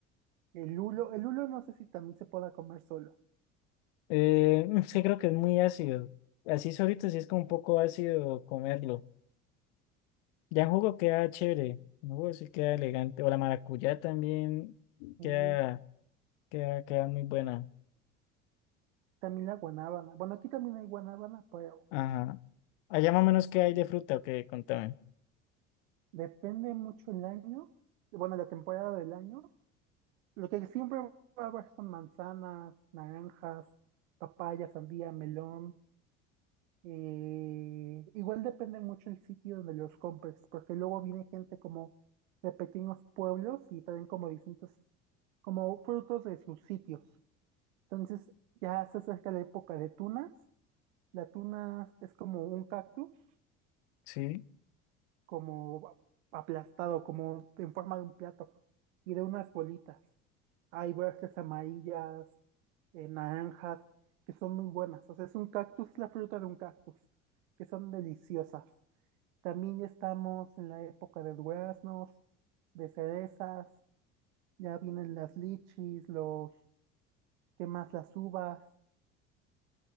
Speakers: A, on the right; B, on the left.
A: el hulo, el hulo no sé si también se pueda comer solo.
B: Eh, <laughs> es que creo que es muy ácido. Así solito sí es como un poco ácido comerlo. Ya en jugo queda chévere, en jugo sí queda elegante. O la maracuyá también
A: Uy,
B: queda, queda, queda muy buena.
A: también la guanábana. Bueno, aquí también hay guanábana, pero
B: Ajá. Allá más o menos qué hay de fruta, o qué, contame.
A: depende mucho el año, bueno, la temporada del año Lo que siempre va a haber son manzanas, naranjas, papaya, sandía, melón. Eh, igual depende mucho el sitio donde los compres, porque luego viene gente como de pequeños pueblos y traen como distintos, como frutos de sus sitios. Entonces ya se acerca la época de tunas. La tuna es como un cactus,
B: Sí,
A: como aplastado, como en forma de un plato y de unas bolitas. Hay verdes amarillas, eh, naranjas, que son muy buenas. O sea, es un cactus, la fruta de un cactus, que son deliciosas. También ya estamos en la época de duraznos, de cerezas, ya vienen las lichis, los, ¿qué más? Las uvas.